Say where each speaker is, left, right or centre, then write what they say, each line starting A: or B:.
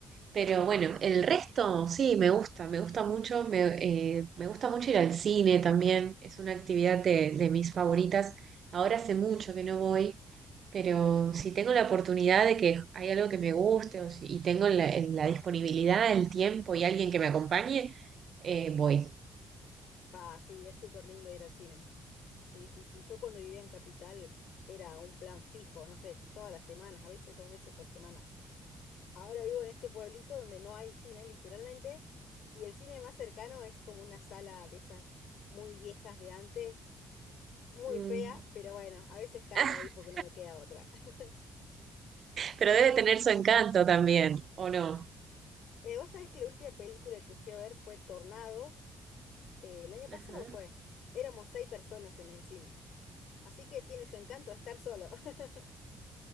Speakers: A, on the right; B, on the left.
A: Pero bueno, el resto sí, me gusta, me gusta mucho, me, eh, me gusta mucho ir al cine también, es una actividad de, de mis favoritas. Ahora hace mucho que no voy pero si tengo la oportunidad de que hay algo que me guste o si- y tengo la, el- la disponibilidad, el tiempo y alguien que me acompañe, eh, voy.
B: Ah, sí, es súper lindo ir al cine. Sí, sí, sí. Yo cuando vivía en Capital era un plan fijo, no sé, todas las semanas, a veces dos veces por semana. Ahora vivo en este pueblito donde no hay cine, literalmente, y el cine más cercano es como una sala de esas muy viejas de antes, muy
A: Mm.
B: fea, pero bueno, a veces caigo
A: <laughs>
B: ahí porque no me queda otra. <laughs>
A: Pero debe tener su encanto también, ¿o no?
B: Eh, vos sabés que la última película que fui a ver fue Tornados, eh, el año
A: Ajá.
B: pasado fue. Éramos seis personas en el cine, así que tiene su encanto estar solo. <laughs>